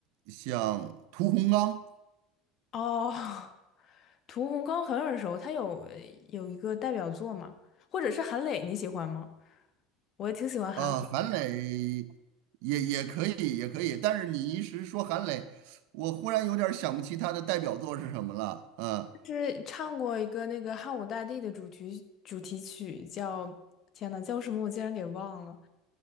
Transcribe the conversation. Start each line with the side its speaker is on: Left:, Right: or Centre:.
Right: 像屠洪刚。
Left: 哦，屠洪刚很耳熟，他有呃有一个代表作嘛，或者是韩磊，你喜欢吗？我也挺喜欢韩磊，
Right: 啊，韩磊也也可以，也可以，但是你一时说韩磊，我忽然有点儿想不起他的代表作是什么了。啊
Left: 就是唱过一个那个汉武大帝的主题主题曲，叫天呐，叫什么我竟然给忘了，